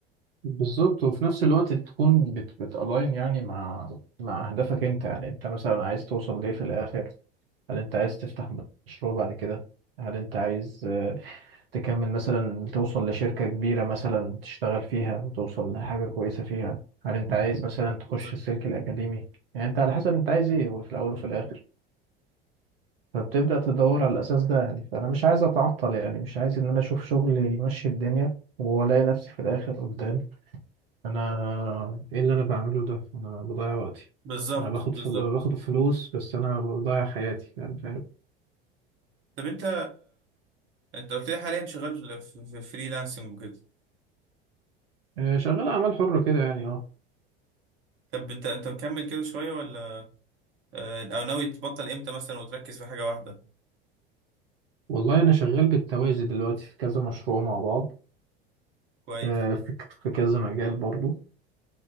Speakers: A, on the right (about 75°); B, on the right (about 40°).
A: بالظبط وفي نفس الوقت تكون بت بتالاين يعني مع مع اهدافك انت يعني انت مثلا عايز توصل ليه في الاخر هل انت عايز تفتح مشروع بعد كده هل انت عايز آه، تكمل مثلا توصل لشركة كبيرة مثلا تشتغل فيها وتوصل لحاجة كويسة فيها هل انت عايز مثلا تخش
B: بالظبط
A: السلك الأكاديمي يعني انت على حسب انت عايز ايه وفي الأول وفي الآخر فبتبدأ تدور على الأساس ده يعني فأنا مش عايز أتعطل يعني مش عايز إن أنا أشوف شغل يمشي الدنيا وألاقي نفسي في الآخر قدام انا ايه اللي انا بعمله ده انا بضيع وقتي
B: بالظبط
A: انا باخد
B: بالظبط
A: فل... باخد فلوس بس انا بضيع حياتي يعني فاهم
B: طب انت انت قلت لي حاليا شغال في في فريلانسنج وكده
A: آه، شغال اعمال حرة كده يعني اه
B: طب انت انت مكمل كده شويه ولا آه، او ناوي تبطل امتى مثلا وتركز في حاجه واحده
A: والله انا شغال بالتوازي دلوقتي في كذا مشروع مع بعض
B: كويس
A: آه، في ك- في كذا مجال برضو